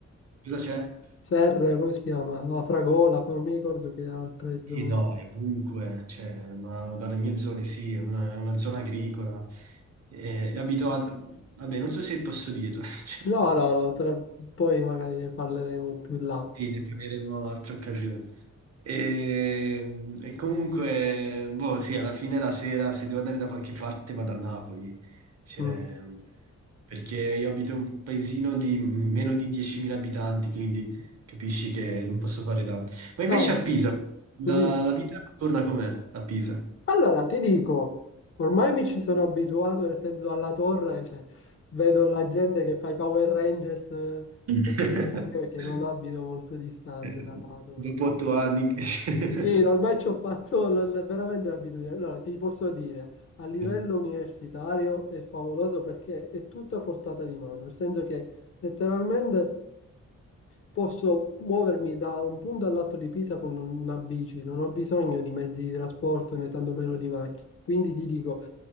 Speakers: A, on the right (about 55°); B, on the left (about 45°).
A: Cosa c'è?
B: Serra, come si chiama? La Fragola, poi non mi ricordo che altre zone.
A: Sì, no, e comunque, cioè, ma dalle mie zone sì, è una, è una zona agricola. Eh, E abito a... Vabbè, non so se posso dirlo. <laughs> cioè,
B: No, no, no, tra- poi magari ne parleremo più là.
A: sì, ne parleremo altre occasioni. E, e comunque, boh, sì, alla fine la sera, se devo andare da qualche parte, vado a Napoli. Cioè,
B: Mm.
A: perché io abito in un paesino di meno di 10.000 abitanti, quindi capisci che non posso fare tanto. Ma invece
B: Ah,
A: a Pisa, la,
B: dimmi.
A: la vita torna com'è a Pisa?
B: Allora, ti dico, ormai mi ci sono abituato, nel senso alla torre, cioè, vedo la gente che fa i Power Rangers eh, ogni
A: <laughs>
B: mattina, anche perché non abito molto distante
A: Eh,
B: dalla torre.
A: Dopo otto anni, che-
B: Sì, ormai ci ho fatto l- l- veramente l'abitudine. Allora, ti posso dire, a
A: <laughs>
B: livello universitario è favoloso perché è tutto a portata di mano, nel senso che letteralmente... Posso muovermi da un punto all'altro di Pisa con una bici, non ho bisogno di mezzi di trasporto né tantomeno di macchine. Quindi ti dico,